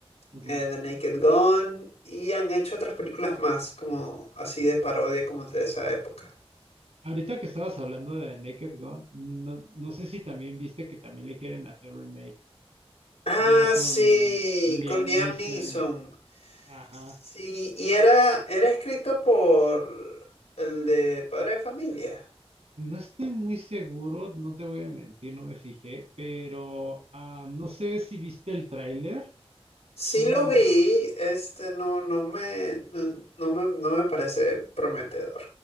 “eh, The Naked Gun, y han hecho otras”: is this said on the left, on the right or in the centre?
Left